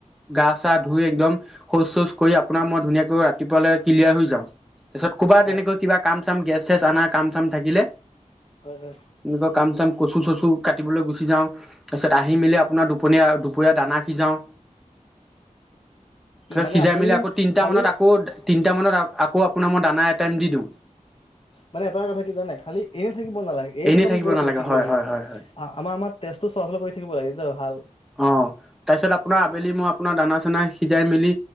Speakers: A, in the centre; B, on the left.
A: গা চা ধুই একদম শৌচ চোচ কৰি আপোনাৰ মই ধুনিয়াকৈ ৰাতিপুৱালে ক্লিয়াৰ হৈ যাওঁ। পিছত ক'বাত
B: হয়
A: তেনেকুৱা কিবা কাম চাম গেছ চেছ অনা কাম চাম থাকিলে
B: হয় হয়
A: এনেকুৱা কাম চাম কচু চচু কাটিবলৈ গুচি যাওঁ তাৰপিছত আহি মেলি আপোনাৰ দুপনীয়া দুপৰীয়া দানা সিজাওঁ তাৰপছত
B: মানে
A: সিজাই
B: আপুনি
A: মেলি আকৌ তিনিটা
B: খালি
A: মানত আকৌ তিনিটা মানত আকৌ আপোনাৰ মই দানা এটাটাইম দি দিওঁ।
B: মানে এটা কথা কি জানে? খালি এনে থাকিব নালাগে এনে
A: এনেই
B: থকা আমি কিবাটা
A: নালাগে
B: কৰি থাকিব
A: হয়
B: লাগে
A: হয় হয় হয়
B: আমাৰ আমাৰ তেজটো চলাচল কৰি থাকিব লাগে! এই ভাল,
A: অঁ তাৰপিছত আপোনাৰ আবেলি মই আপোনাৰ দানা চানা সিজাই মেলি